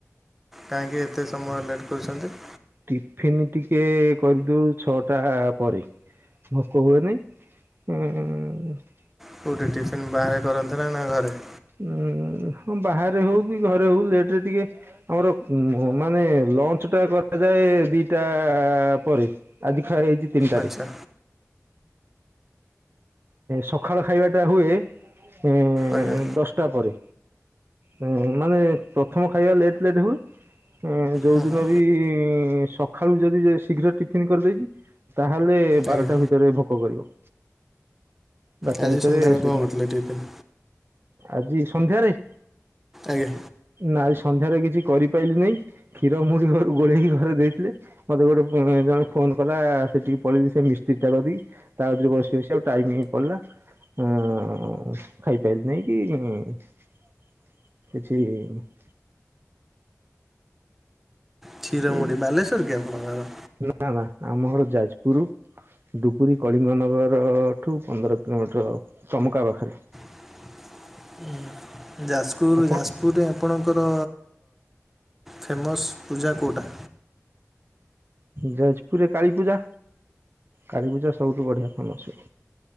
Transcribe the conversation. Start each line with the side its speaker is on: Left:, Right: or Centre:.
Centre: କାହିଁକି ଏତେ ସମୟ ଲେଟ୍ କରୁଛନ୍ତି?
Right: ଟିଫନ୍ ଟିକେ କରିଦଉ ଛଅଟା ପରେ ଭୋକ ହୁଏନି। ହୁଁ -ଉଁ- ଉ।
Centre: କୋଉଠି ଟିଫିନ ବାହାରେ କରନ୍ତି ନା ନା ଘରେ?
Right: ଉଁ ହଁ ବାହାରେ ହଉ କି ଘରେ ହଉ ଲେଟ୍ ରେ ଟିକେ। ଆମର ମ-ମାନେ ଲଞ୍ଚ୍ ଟା କରାଯାଏ ଦିଟା ଆଁ- ଆଁ -ଆ ପରେ। ଆଜି ଖାଇଚି ତିନ୍ ଟାରେ
Centre: ଆଚ୍ଛା
Right: ସକାଳ ଖାଇବା ଟା ହୁଏ। ଉଁ -ଉ
Centre: ଆଜ୍ଞା
Right: ଦଶ୍ ଟା ପରେ। ହଁ ମାନେ ପ୍ରଥମ ଖାଇବା ଲେଟ୍ ଲେଟ୍ ହୁଏ। ଯୋଉଦିନ
Centre: ହଁ ହଁ
Right: ବି -ଇ-ଇ-ଇ-ଇ ସକାଳୁ ଯଦି ଶୀଘ୍ର ଟିଫିନ୍ କର୍ ଦେଇଛି। ତାହେଲେ
Centre: ଆଜ୍ଞା
Right: ବାରଟା ଭିତରେ ଭୋକ କରିବ। ବାରଟା
Centre: ଆଜି
Right: ଭିତରେ
Centre: ସନ୍ଧ୍ୟାବେଳେ
Right: ସେଦିନ
Centre: କ'ଣ କରୁଥିଲେ ଟିଫିନ୍
Right: ଆଜି ସନ୍ଧ୍ୟାରେ।
Centre: ଆଜ୍ଞା।
Right: ନାଆ ସନ୍ଧ୍ୟାରେ କିଛି କରିପାରିଲିନି କ୍ଷୀର ମୁଢ଼ି ଘରୁ ଗୋଳେଇକି ଘରେ ଦେଇଥିଲେ। ମତେ ଗୋଟେ ଜଣେ ଫୋନ୍ କଲା ସେଠିକି ପଳେଇି ସେ ମିସ୍ତ୍ରୀ ଟା କତିକି। ତାରେ କତିରେ ବସି ବସି ଆଉ ଟାଇମ୍ ପଲ୍ ଲା। ହଁ ଖାଇପାରିଲି ନାହିଁ କି କିଛି
Centre: କ୍ଷୀରମୁଡ଼ି
Right: ଏ
Centre: ବାଲେଶ୍ୱର୍ କି ଆପଣଙ୍କ ର?
Right: ନା ନା ଆମ ଘର ଯାଜପୁରୁ। ଦୁବୁରୀ କଳିଙ୍ଗନଗର-ର ଠୁ ପନ୍ଦର କିଲୋମିଟର ଟମକା ପାଖରେ।
Centre: <unintelligible> ଯାଜକୁର୍
Right: ଆପଣ
Centre: ଯାଜପୁରରେ ଆପଣଙ୍କର ଫେମସ୍ ପୂଜା କେଉଁଟା।
Right: ଯାଜପୁରରେ କାଳୀପୂଜା କାଳୀପୂଜା ସବୁଠୁ ବଢ଼ିଆ ଫେମସ୍।